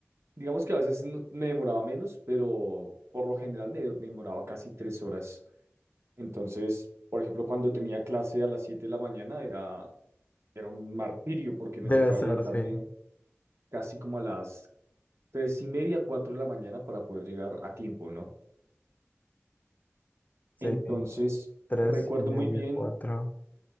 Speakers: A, on the right; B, on the left.
A: digamos que a veces no- me demoraba menos, pero por lo general me, me demoraba casi tres horas. Entonces, por ejemplo, cuando tenía clase a las 7 de la mañana era, era un martirio porque me
B: Debe
A: tocaba
B: ser,
A: levantarme
B: sí.
A: casi como a las tres y media, cuatro de la mañana para poder llegar a tiempo, ¿no?
B: Sí.
A: Entonces,
B: Tres
A: recuerdo
B: y media,
A: muy bien,
B: cuatro.